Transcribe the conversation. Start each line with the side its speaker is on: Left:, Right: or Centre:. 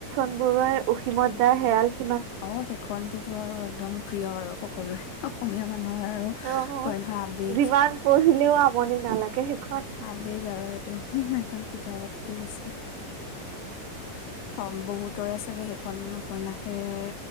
Right: বৰুৱাই অসীমত যাৰ হেৰাল সী
Left: অ সেইখন টোতো আৰু একদম প্ৰিয় আৰু সকলোৰে অসমীয়া মানে ন আৰু
Right: অ'
Left: কয় নহয় আবেগ
Right: যিমান <unintelligible> নালাগে সেইখন
Left: আবেগ আৰু এখন কিতাপতকে বেছি অ বহুতৰে চাগে সেইখন উপন্যাসেৰে